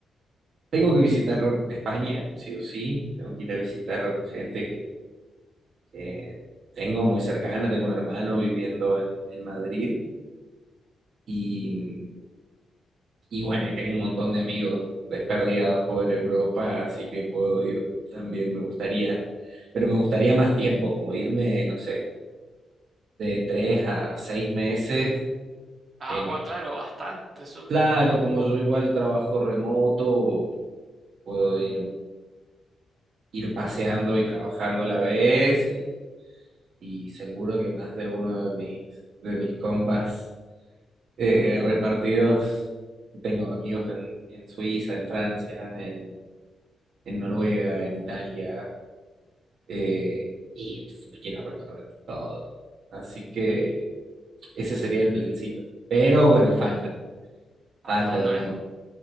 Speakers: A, on the right; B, on the right.
A: tengo que visitar España, sí o sí. Tengo que ir a visitar gente que que tengo muy cercana, tengo un hermano viviendo en, en Madrid y, y bueno, y tengo un montón de amigos desperdigados por Europa, así que puedo ir también, me gustaría, pero me gustaría más tiempo, como irme, no sé, de tres a seis meses. eh,
B: Agua, claro, bastante, súper.
A: claro, como yo igual trabajo remoto, puedo ir, ir paseando y trabajando a la vez y, y seguro que más de uno de mis, de mis compas eh, repartidos. Tengo amigos en, en Suiza, en Francia, en, en Noruega, en Italia, eh, y pues, me quiero recorrer todo. Así que ese sería el plancito. Pero bueno, falta, falta,
B: Ah,
A: está
B: no,
A: como-
B: es un,